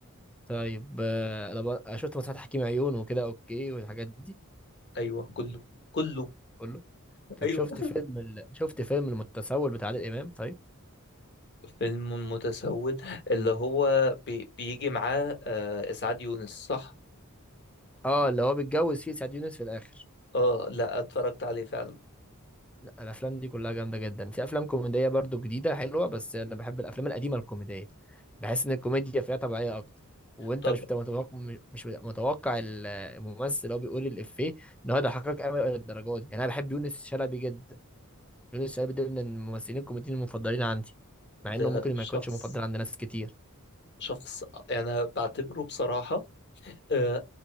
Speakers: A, in the centre; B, on the left.
A: طيب آه، ألابا... شفت مسرحيات حكيم عيون وكده أوكي والحاجات دي
B: ايوه كله كله
A: كله طب
B: ايوه
A: شفت فيلم ال... شفت فيلم المتسول بتاع عادل إمام طيب؟
B: فيلم متسول اللي هو بي بيجي معاه آه اسعاد يونس صح
A: اه اللي هو بيتجوز فيه سعد يونس في الآخر
B: اه لا اتفرجت عليه فعلا
A: لا الافلام دي كلها جامده جدا في افلام كوميديه برضو جديده حلوه بس انا بحب الافلام القديمه الكوميديه بحس ان الكوميديا فيها طبيعيه اكتر وانت
B: طب
A: مش بتبقى متوقع مش بتبقى متوقع ال- الممثل اللي هو بيقول الافيه ان هو يضحكك قوي للدرجه دي يعني انا بحب يونس شلبي جدا يونس شلبي ده من الممثلين الكوميديين المفضلين عندي مع انه
B: ده
A: ممكن
B: شخص
A: ما يكونش مفضل عند ناس كتير
B: شخص انا بعتبره بصراحة آه